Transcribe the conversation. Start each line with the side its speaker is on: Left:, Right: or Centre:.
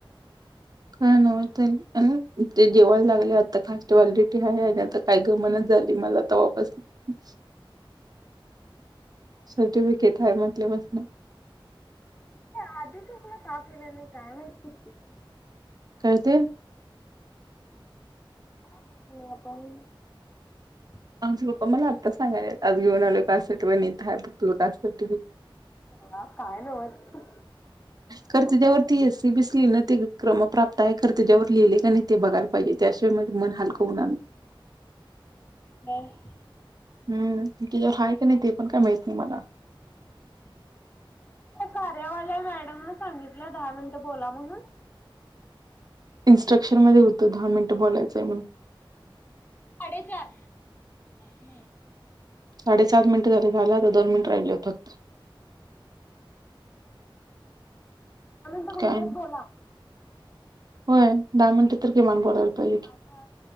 Right: काय नव्हचं ते आणि ते जिवाला लागलं आता खास <unintelligible> हाय आणि आता काय गमनाचं झाली मला तवा पसन- - सर्टिफिकेट हाय म्हटल्या पसन.
Left: आधी च आपला का केलं नाही काय माहिती शिल्पी --
Right: काय ते?
Left: आपण --
Right: आमचे पप्पा मला आत्ताच सागायल्यात. आज घेऊन आलो पास. आठवणीत आहे बघ तुजा.
Left: ह काय नव्हच.
Right: खर त्याच्यावरती एसी बिसी न ते क्रम प्राप्त आहे खर त्याच्यावर लिहिले का नाही ते बघायला पाहिजे. त्याशिवाय माझं मन हलक हुनार नाही.
Left: हम. हं.
Right: हम् तेच्यावर हाय काय नाही ते पण काय माहित नाही मला.
Left: कार्या वाल्या मॅडम न सांगितलं दहा मिनट बोला म्हणुन.
Right: इन्स्ट्रक्शन मध्ये होतं दहा मिनिटं बोलायचंय म्हणून.
Left: साडेचार. हम्.
Right: साडेसात मिनिट झाले झाला आता दोन मिनिट राहिल्यान फक्त.
Left: दहा मिनिट म्हटल्या
Right: काय नाही.
Left: बोला.
Right: होय. दहा मिनिटं तर किमान बोलायला पाहिजे की
Left: आता